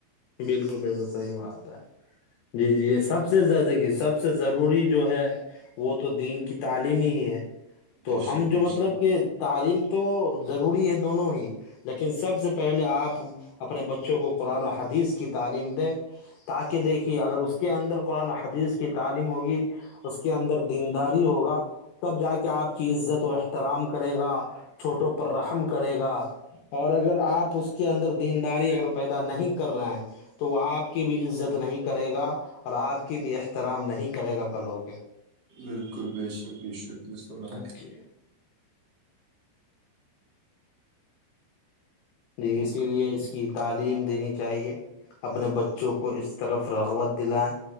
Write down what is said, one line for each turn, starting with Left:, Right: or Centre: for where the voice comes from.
Left: بالکل بالکل صحیح بات ہے جی جی یہ سب سے دیکے سب سے ضرور پوری جو ہے وہ تو دین کی تعلیم ہی ہی ہے
Right: بے
Left: تو ہم
Right: شک
Left: جو
Right: بے
Left: مطلب
Right: شک
Left: کہ تعلیم تو ضروری ہے دونوں ہی لیکن سب سے پہلے آپ اپنے بچ بچوں کو قرآن و حدیث کی تعلیم دے تاکہ دیکھیے اگر اس کے اندر قرآن حدیث کی تعلیم ہوگی اس کے اندر دینداری ہوگا تب جا کے آپ کی عزت و احترام کر گا چھوٹوں پر رحم کرے گا اور اگر آپ اس کے اندر دینداری اگر پیدا نہیں کر رہے ہیں تو وہ آپ کی بھی عزت نہیں کرے گا اور آپ کے بھی احترام نہیں کرے گا کل ہو
Right: بالکل بے شک بی شک بھی سنا
Left: کے جی اسی لیے اس کی تعلیم دینی چاہیے اپنے بچوں کو اس طرف رغبت دلائیں